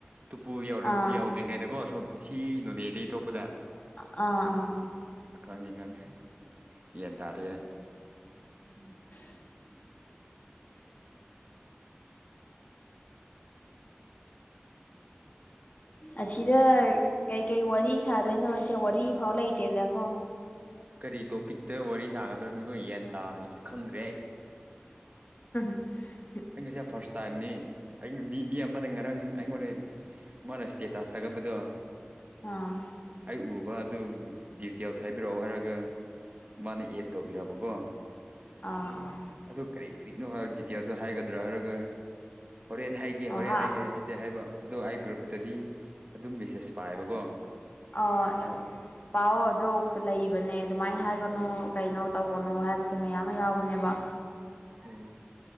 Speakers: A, on the right; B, on the left.
A: ꯇꯨꯄꯨ ꯌꯥ
B: ꯑꯥ
A: ꯇ꯭ꯔꯤꯉꯩꯗꯀꯣ ꯁꯣꯝ ꯁꯤ ꯅꯣꯅꯦ ꯑꯗꯒꯤ ꯑꯇꯣꯞꯄꯗ
B: ꯑꯥ ꯑꯥ
A: ꯈꯪꯉꯤ ꯈꯪꯉꯤ ꯒꯌꯥꯟ ꯇꯥꯔꯦ
B: <unintelligible> ꯑꯁꯤꯗ ꯀꯩꯀꯩ ꯋꯥꯔꯤ ꯁꯥꯗꯣꯏꯅꯣ ꯑꯩꯁꯦ ꯋꯥꯔꯤ ꯐꯥꯎ ꯂꯩꯇꯦꯗꯀꯣ
A: ꯀꯔꯤ ꯇꯣꯄꯤꯛꯇ ꯋꯥꯔꯤ ꯁꯥꯒꯗ꯭ꯔꯣꯅꯕ ꯌꯦꯟ ꯇꯥꯗ ꯈꯪꯗ꯭ꯔꯦ ꯑꯩ
B: ꯎꯝ ꯑ
A: ꯑꯩ ꯉꯁ ꯐꯥꯔꯁ ꯇꯥꯏ꯭ꯝꯅꯤ ꯑꯩꯅ ꯃꯤ ꯃꯤ ꯑꯃꯅ ꯉꯔꯥꯡ ꯑꯩꯉꯣꯟꯗ ꯃꯣꯟꯅ ꯁꯦꯇꯁ ꯊꯥꯒꯠꯕꯗꯣ
B: ꯑꯥ
A: ꯑꯩ ꯎꯕ ꯑꯗꯨ ꯗꯤꯇꯦꯜꯁ ꯍꯥꯏꯕꯤꯔꯛꯑꯣ ꯍꯥꯏꯔꯒ ꯃꯥꯅ ꯑꯦꯠ ꯇꯧꯕꯤꯔꯕꯀꯣ
B: ꯑꯥ ꯑꯥ
A: ꯑꯗꯨ ꯀꯔꯤ ꯀꯔꯤꯅꯣ ꯍꯥꯏ ꯗꯤꯇꯦꯜꯁꯨ ꯍꯥꯏꯒꯗ꯭ꯔꯣ ꯍꯥꯏꯔꯒ ꯍꯣꯔꯦꯟ ꯍꯥꯏꯒꯦ
B: ꯑꯣ
A: ꯍꯣꯔꯦꯟ
B: ꯍꯥ
A: ꯍꯥꯏꯒꯦ ꯅꯠꯇꯦ ꯍꯥꯏꯕ ꯑꯗꯣ ꯑꯩ ꯒ꯭ꯔꯨꯞꯇꯗꯤ ꯑꯗꯨꯝ ꯃꯦꯁꯦꯖ ꯄꯥꯏꯌꯦꯕꯀꯣ
B: ꯑꯥꯎ ꯄꯥꯎꯑꯣ ꯑꯗꯨꯗꯣ ꯂꯩꯕꯅꯦ ꯑꯗꯨꯃꯥꯏꯅ ꯍꯥꯏꯒꯅꯨ ꯀꯩꯅꯣ ꯇꯧꯒꯅꯣ ꯍꯥꯏꯁ ꯃꯌꯥꯝ ꯑꯃ ꯌꯥꯎꯕꯅꯦꯕ
A: ꯑꯣ